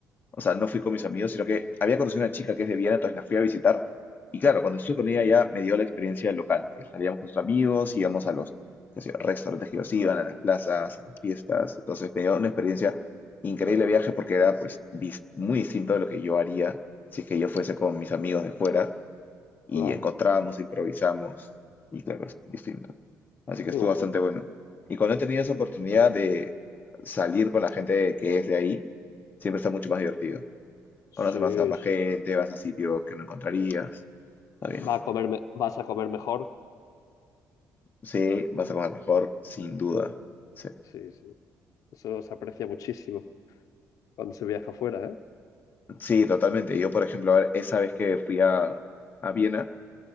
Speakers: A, on the left; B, on the left.
A: o sea, no fui con mis amigos, sino que había conocido una chica que es de Viena, entonces la fui a visitar. Y claro, cuando estuve con ella ya me dio la experiencia local, que salíamos con sus amigos, íbamos a los qué sé yo, restaurantes que ellos iban, a las plazas, a las fiestas. Entonces me dio una experiencia increíble de viaje porque era pues dis- muy distinto de lo que yo haría si es que yo fuese con mis amigos de fuera y
B: claro.
A: encontramos, improvisamos y claro, es distinto. Así que
B: Qué
A: estuvo
B: guay.
A: bastante bueno. Y cuando he tenido esa oportunidad de salir con la gente que es de ahí, siempre está mucho más divertido.
B: Sí,
A: Conoces más a más
B: sí,
A: gente,
B: sí.
A: vas a sitios que no encontrarías. Está bien.
B: Va a comer me- vas a comer mejor.
A: Sí, vas a comer mejor, sin duda. Sí,
B: Sí, sí. Eso se aprecia muchísimo cuando se viaja afuera, ¿eh?
A: Sí, totalmente. Yo, por ejemplo, ahora- esa vez que fui a, a Viena,